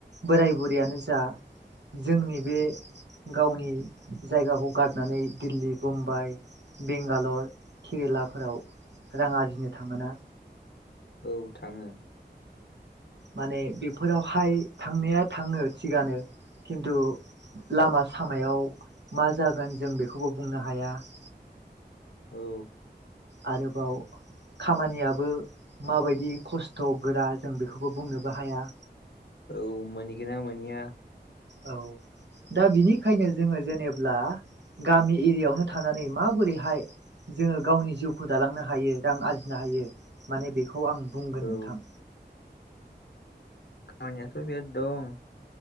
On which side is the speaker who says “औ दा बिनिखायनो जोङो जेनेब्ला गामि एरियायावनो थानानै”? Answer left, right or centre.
Right